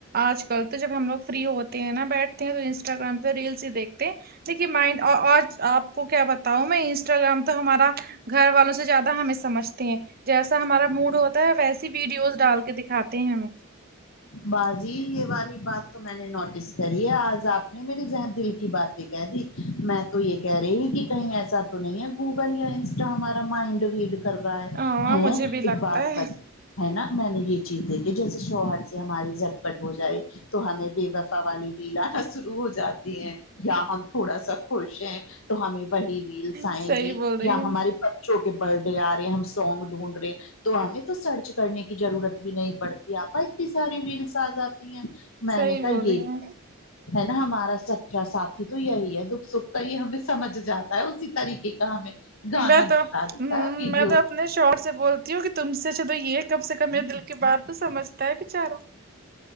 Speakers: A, on the right; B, on the left.
A: آج کل تو جب ہم لوگ فری ہو تے ہیں نا بیٹھتے ہیں تو انسٹاگرام پے ریلس ہی دیکھتے تے لیکن مائنڈ آج آپ کو کیا بتاؤ میں انسٹاگرام تو ہمارا گھر والوں سے زیادہ ہمیں سمجھتے ہیں جیسا ہمارا موڈ ہوتا ہے ویسی ویڈیوز ڈال کے دکھاتے ہیں ہمیں
B: بازی یہ والی بات تو میں نے نوٹس کری ہے آج آپ نے میری ذہن دل کی باتیں کہہ دی میں تو یہ کہہ رہے ہی کہ کہیں ایسا تو نہیں ہے گوگل یا انسٹا ہمارا مائنڈ ریڈ کر رہا ہے
A: ہاں
B: ہے
A: مجھے
B: ایک
A: بھی لگتا
B: بات
A: ہے
B: بت ہے نا میں نے یہ چیز دیکھی جیسے شوہر سے ہماری جھٹ پٹ ہو جائے تو ہمیں بے وفا والی ریل آنا شروع ہو جات تی ہے یا ہم تھوڑا سا خوش ہیں تو ہمیں وہی ریلس آئیں
A: صحیح
B: گی
A: بول رہی
B: یا
A: ہے
B: ہماری بچوں کہ برت ڈے آ رہے ہیں ہم سونگ ڈھونڈ رہے ہیں تو ہمیں تو سرچ کرنے کی ضرورت بھی نہیں پڑتی آپا اتنی ساری ریلس آ جاتی ہیں میں
A: صحیح
B: نے کہا
A: بول
B: یہ
A: رہی ہیں
B: ہے نا ہمارا سچا ساتھی تو یہی ہے دکھ سکھ کا یہ ہمیں سمجھ جاتا ہے اسی طریقے کا ہمیں گانا
A: میں تو
B: دکھا دیتا
A: ہمم
B: ہے ویڈیو
A: تو میں شوہر سے بولتی ہوں کہ تم سے اچھا تو یہ کم سے کم میرے دل کی بات تو سمجھتا ہے بیچارا